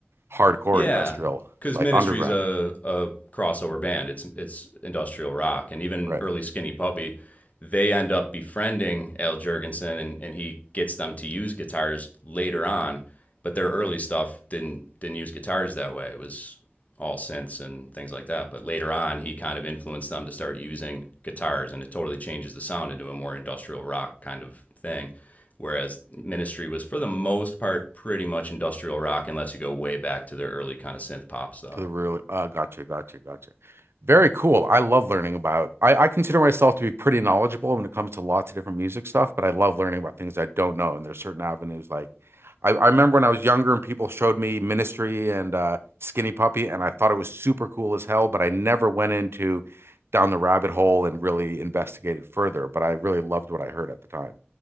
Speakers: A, on the right (about 75°); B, on the left (about 40°).
A: hardcore
B: Yeah,
A: industrial,
B: because
A: like
B: Ministry's
A: underground,
B: a a crossover band. It's it's industrial rock, and even
A: right?
B: early Skinny Puppy, they end up befriending Al Jurgensen, and and he gets them to use guitars later on. But their early stuff didn't didn't use guitars that way. It was all synths and things like that. But later on, he kind of influenced them to start using guitars, and it totally changes the sound into a more industrial rock kind of thing. Whereas Ministry was for the most part pretty much industrial rock, unless you go way back to their early kind of synth pop stuff.
A: to the real. Uh, gotcha, gotcha, gotcha. Very cool. I love learning about. I, I consider myself to be pretty knowledgeable when it comes to lots of different music stuff, but I love learning about things I don't know. And there's certain avenues like I, I remember when I was younger and people showed me Ministry and uh, Skinny Puppy, and I thought it was super cool as hell, but I never went into down the rabbit hole and really investigated further. But I really loved what I heard at the time.